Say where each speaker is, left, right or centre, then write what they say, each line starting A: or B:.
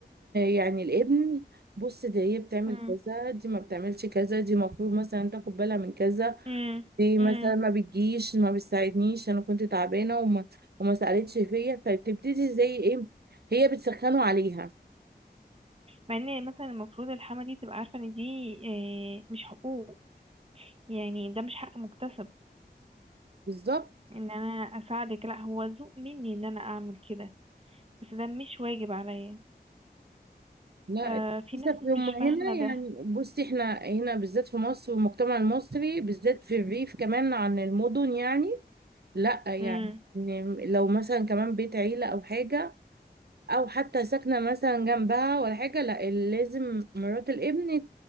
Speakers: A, on the right; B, on the right.
A: يعني الابن بص دي هي بتعمل
B: امم
A: كذا دي ما بتعملش كذا دي المفروض مثلا تاخد بالها من كذا
B: امم
A: دي
B: امم
A: مثلا ما بتجيش ما بتساعدنيش انا كنت تعبانه وما وما سالتش فيا فبتبتدي زي ايه هي بتسخنه عليها
B: مع ان مثلا المفروض الحما دي تبقى عارفة ان دي آه، مش حقوق يعني ده مش حق مكتسب
A: بالظبط
B: ان انا اساعدك لا هو ذوق مني ان انا اعمل كده بس ده مش واجب عليا
A: لا
B: آه في
A: للأسف
B: ناس مش
A: هم هنا
B: فاهمة ده
A: يعني بصي احنا هنا بالذات في مصر والمجتمع المصري بالذات في الريف كمان عن المدن يعني لا يعني
B: امم
A: إن لو مثلا كمان بيت عيلة أو حاجة أو حتى ساكنة مثلا جنبها ولا حاجة لا لازم مرات الابن